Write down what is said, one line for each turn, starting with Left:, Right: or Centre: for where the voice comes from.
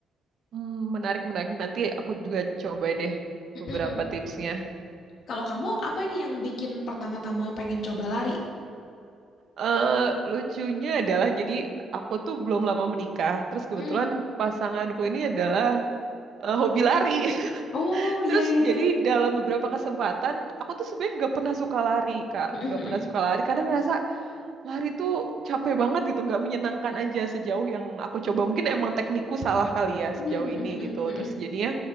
Right: Hmm, menarik, menarik. Nanti aku juga coba deh
Left: Mm-mm.
Right: beberapa tipsnya.
Left: Kalau kamu apa ini yang bikin pertama-tama pengen coba lari?
Right: eh lucunya adalah, jadi aku tuh belum lama menikah. Terus kebetulan
Left: Mm.
Right: pasanganku ini adalah eh, hobi lari. <laughs>
Left: Oh iya
Right: Terus
Left: iya iya.
Right: jadi dalam beberapa kesempatan aku tuh sebenarnya nggak pernah suka lari kak,
Left: <laughs> Mm-mm.
Right: nggak pernah suka lari karena ngerasa lari tuh capek banget gitu, nggak menyenangkan aja sejauh yang aku coba. Mungkin emang teknikku salah kali ya
Left: Mm-mm.
Right: sejauh ini gitu.
Left: Mm-mm.
Right: Terus jadinya